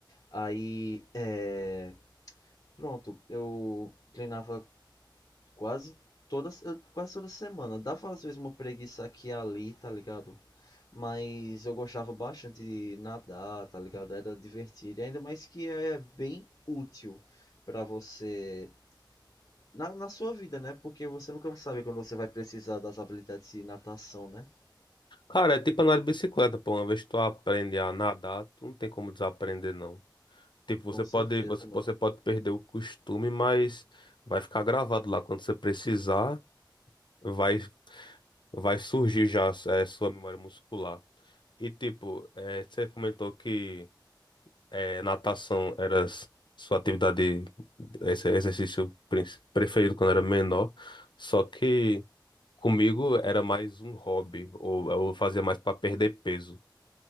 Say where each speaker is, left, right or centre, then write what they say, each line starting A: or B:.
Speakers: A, on the left; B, on the left.
A: Aí, é, pronto, eu treinava quase todas, quase toda semana. Dava às vezes uma preguiça aqui e ali, tá ligado? Mas eu gostava bastante de nadar, tá ligado? Era divertido. Ainda mais que é bem útil pra você na, na sua vida, né? Porque você nunca vai saber quando você vai precisar das habilidades de natação, né?
B: Cara, é tipo andar de bicicleta, pô. Uma vez que tu aprende a nadar, tu não tem como desaprender, não. Tipo,
A: Com
B: você pode,
A: certeza,
B: você,
A: mano.
B: você pode perder o costume, mas vai ficar gravado lá. Quando você precisar, vai, vai surgir já é, sua memória muscular. E tipo, eh, você comentou que eh, natação era s- sua atividade, esse exercício prin- preferido quando era menor. Só que comigo era mais um hobby, ou eu fazia mais para perder peso.